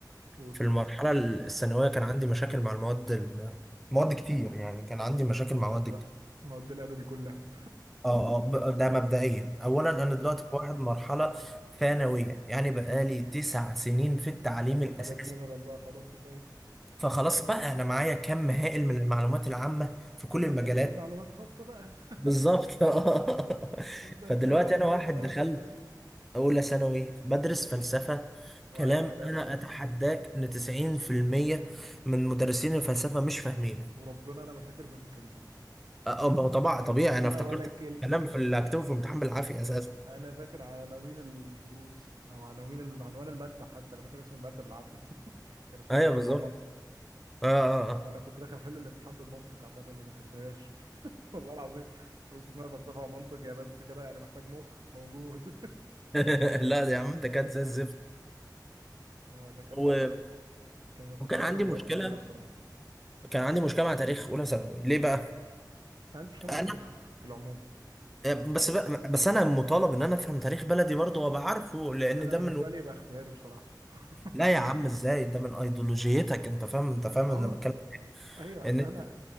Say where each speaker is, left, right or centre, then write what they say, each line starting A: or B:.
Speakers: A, on the right; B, in the centre.
A: اول
B: في المرحلة الثانوية كان عندي مشاكل مع المواد ال... مواد كتير يعني كان عندي مشاكل مع
A: ثانوي
B: مواد
A: بقى
B: كتير
A: المواد الادبي كلها <laughs>
B: اه اه ب- ده مبدئيا اولا انا دلوقتي في واحد مرحلة ثانوية يعني بقالي تسع سنين في التعليم
A: باخد
B: الاساسي
A: حاجات جنرال بقى خلاص كفايه
B: فخلاص بقى انا معايا كم
A: <laughs>
B: هائل من المعلومات العامة في كل
A: ابدا
B: المجالات
A: اخد معلومات خاصه بقى <laughs>
B: بالظبط <laughs> آه.
A: نبدا
B: فدلوقتي
A: نضيق الوقت
B: انا واحد
A: دايره
B: دخلت
A: شويه
B: اولى ثانوي بدرس فلسفة
A: وعلم
B: كلام
A: نفس
B: انا اتحداك ان 90% من مدرسين الفلسفة مش فاهمين
A: <laughs> وربنا انا ما فاكر منه كلمة
B: اه ما هو طبعا طبيعي
A: والله
B: انا افتكرت
A: ولا كلمة
B: كلام في اللي هكتبه في امتحان بالعافيه اساسا
A: انا فاكر عناوين الدروس او عناوين ال- عنوان المادة حتى انا فاكر اسم المادة بالعافية <laughs> كان اسمها
B: ايوه
A: فلسفة
B: بالظبط
A: ومنطق
B: اه اه آه.
A: انا كنت داخل احل الامتحان بالمنطق عامة ما ذاكرتهاش <laughs> والله العظيم قلت اسمها فلسفة ومنطق يا بس كده يعني محتاج مخ موجود <laughs>
B: <laughs> لا
A: مخ
B: يا عم ده
A: الامتحان
B: كانت زي الزفت
A: آه، انا كانش
B: و...
A: بال- كان كنت
B: وكان
A: بكره
B: عندي
A: المواد
B: مشكله
A: دي كلها بصراحة
B: كان عندي مشكله مع تاريخ اولى ثانوي ليه بقى
A: أنا عندي مشكلة مع
B: انا
A: التاريخ في العموم
B: آه، بس بقى
A: تاني
B: بس انا مطالب ان انا افهم تاريخ بلدي برضه وابقى عارفه لان
A: انا
B: ده
A: بالنسبة
B: من
A: لي يبقى اختياري بصراحة <laughs>
B: لا يا عم ازاي ده من ايديولوجيتك انت فاهم انت فاهم
A: اه
B: انا بتكلم
A: ايوه
B: ان
A: انا